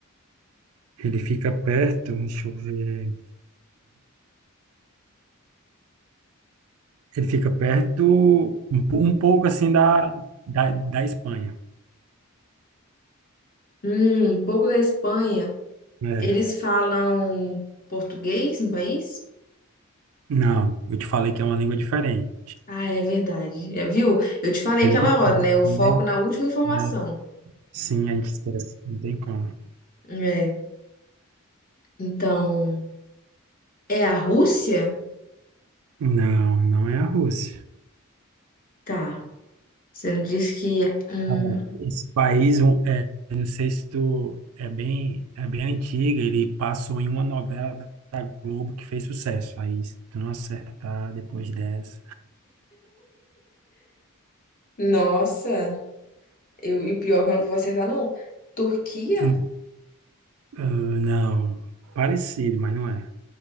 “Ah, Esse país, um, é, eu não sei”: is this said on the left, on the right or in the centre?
Right